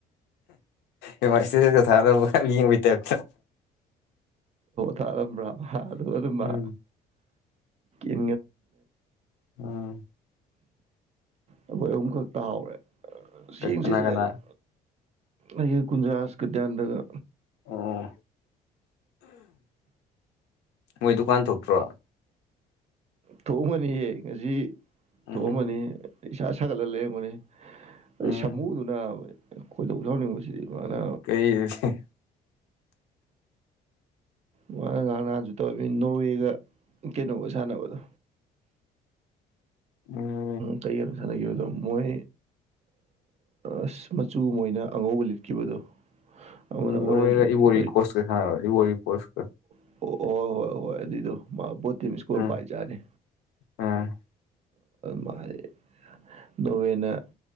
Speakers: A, on the left (about 85°); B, on the right (about 40°).
A: ꯏꯃꯥ ꯏꯁꯇꯦꯗ ꯊꯥꯅꯕ ꯌꯦꯡꯕꯩ ꯇꯥꯏꯞꯇ
B: ꯊꯥꯔꯝꯕ꯭ꯔꯥꯕ ꯑꯗꯨ ꯑꯗꯨ ꯑꯗꯨ ꯃꯥ
A: ꯎꯝ
B: ꯏ
A: ꯎꯝ
B: ꯑꯩꯈꯣꯏ ꯑꯍꯨꯝ ꯈꯛꯛꯇ ꯍꯥꯎꯔꯦ ꯌꯦꯡꯁꯤꯜꯂꯦ
A: ꯀꯅꯥ ꯀꯅꯥ
B: ꯑꯗꯨꯝ ꯑꯩ ꯀꯨꯟꯖꯥꯥꯁ ꯀꯗꯤꯟꯗꯒ
A: ꯎꯝ ꯃꯣꯏ ꯗꯨꯀꯥꯟ ꯊꯣꯛꯇ꯭ꯔꯣ
B: ꯊꯣꯛꯑꯝꯃꯅꯤꯍꯦ ꯉꯁꯤ
A: ꯎꯝ
B: ꯊꯣꯛꯑꯝꯃꯅꯤ ꯏꯁꯥ ꯁꯥꯒꯠꯂꯒ ꯂꯩꯔꯝꯒꯅꯤ ꯑꯩ
A: ꯎꯝ
B: ꯁꯥꯃꯨꯗꯨꯅꯅꯥꯕ ꯑꯩꯣꯏꯗꯧ ꯌꯥꯥꯎꯅꯤꯡꯕꯁꯤꯗꯤ ꯃꯥꯅ
A: ꯍ
B: ꯉꯅ ꯉꯍꯥꯡ ꯉꯍꯥꯟꯁꯨ ꯇꯧꯔꯅꯤ ꯅꯣꯋꯦꯒ ꯀꯩꯅꯣꯒ ꯁꯥꯟꯅꯕꯗꯣ
A: ꯎꯝ
B: ꯀꯩꯒꯤꯅꯣ ꯁꯥꯟꯅꯈꯤꯕꯗꯣ ꯃꯣꯏ ꯑꯁ ꯃꯆꯨ ꯃꯣꯏꯅ ꯑꯉꯧꯕ ꯂꯤꯠꯈꯤꯕꯗꯣ ꯑꯃꯅ
A: ꯎꯝ
B: ꯑꯣꯔꯦꯟꯖ
A: ꯅꯔꯒ
B: ꯂꯤꯠꯄꯗꯣ
A: ꯏꯕꯣꯔꯤ ꯀꯣꯁꯀ ꯁꯥꯟ ꯏꯕꯣꯔꯤ ꯀꯣꯁꯀ
B: ꯑꯣ ꯍꯣꯏ ꯍꯣꯏ ꯍꯣꯏ ꯑꯗꯨꯏꯗꯣ ꯃꯥ ꯕꯣ ꯇꯤꯝ ꯏꯁꯀꯣꯔ
A: ꯎꯝ
B: ꯄꯥꯏꯖꯥꯔꯅꯤ
A: ꯎꯝ
B: ꯃꯥꯗꯤ ꯅꯣꯋꯦꯅ